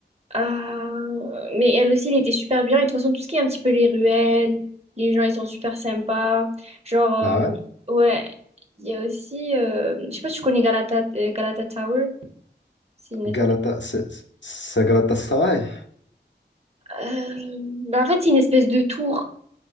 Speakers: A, on the right; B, on the left.
A: Euh, Mais elle aussi, elle était super bien. Et de toute façon, tout ce qui est un petit peu les ruelles, les gens, ils sont super sympas. Genre, euh,
B: Ah ouais?
A: ouais, il y a aussi, euh, je sais pas si tu connais Galata, euh, Galata Tower. C'est une
B: Galata,
A: espèce...
B: c'est c'est Galatasaray?
A: euh, bah, en fait, c'est une espèce de tour.